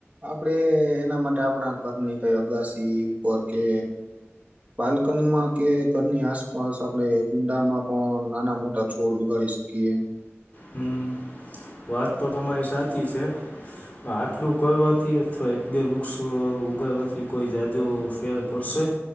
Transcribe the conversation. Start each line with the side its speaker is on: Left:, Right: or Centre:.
Right: આપડે એના માટે આપણા ઘરની કઈ અગાસી ઉપર કે બાલ્કનીમાં કે ઘરની આસપાસ આપણે કુંડામાં પણ નાના મોટા છોડ છોડ ઉગાડી સુકીીએ.
Left: હમ વાત તો તમારી સાચી છે. તો આટલું કરવાથી અથવા એક બે વૃક્ષો ઉગાડવાથી કોઈ જાજો ફેર પડશે